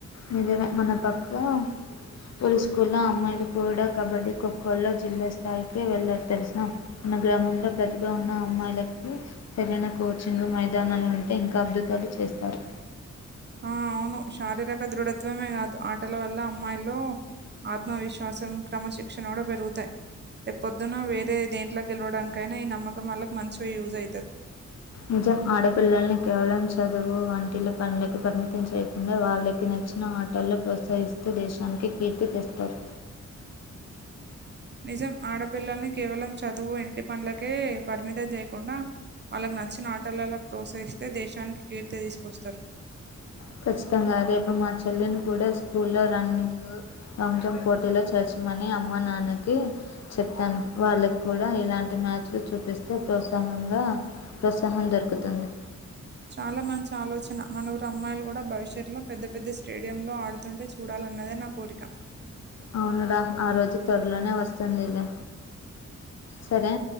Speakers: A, on the left; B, on the right.
A: నిజమే మన పక్క వూరి స్కూల్లో అమ్మాయిలు కూడా కబడ్డీ, ఖోఖోలో జిల్లా స్థాయికి వెళ్లారు తెలిసా? మన గ్రామంలో ప్రతిభ ఉన్న అమ్మాయిలకి సరైన కోచింగ్, మైదానాలు ఉంటే ఇంకా అద్భుతాలు చేస్తారు.
B: ఆ అవును శారీరక దృఢత్వమే కాదు ఆటల వల్ల అమ్మాయిలో ఆత్మవిశ్వాసం క్రమశిక్షణ కూడా పెరుగుతాయి. రేప్ పొద్దున వేరే దేంట్లో గెలవడానికైనా ఈ నమ్మకం వాళ్ళకి మంచిగా యూజ్ ఐతది.
A: నిజం ఆడపిల్లల్ని కేవలం చదువు, వంటిల్లు పనులకు పరిమి చేయకుండా వాళ్ళకి నచ్చిన ఆటల్లో ప్రోత్సహిస్తూ దేశానికి కీర్తి తెస్తారు.
B: నిజం ఆడపిల్లల్ని కేవలం చదువు ఇంటి పనులకే పరిమితం చేయకుండా వాళ్ళకు నచ్చిన ఆటలల్లో ప్రోత్సహిస్తే దేశానికి కీర్తి తీసుకొస్తారు.
A: ఖచ్చితంగా రేపు మా చెల్లెను కూడా స్కూల్లో లో రన్నింగ్, లాంగ్ జంప్ పోటీలో చేర్ మని అమ్మ నాన్నకి చెప్పాను వాళ్ళకి కూడా ఇలాంటి మ్యాచ్లు చూపిస్తే ప్రోత్సా హంగా ప్రోత్సాహం దొరుకుతుంది
B: చాలా మంచి ఆలోచన. మనఊరు అమ్మాయిలు కూడా భవిష్యత్లో పెద్ద పెద్ద స్టేడియంలో ఆడుతుంటే చూడాలని అన్నదే నా కోరిక
A: అవును రా, ఆ రోజు త్వరలోనే వస్తుందిలె సరే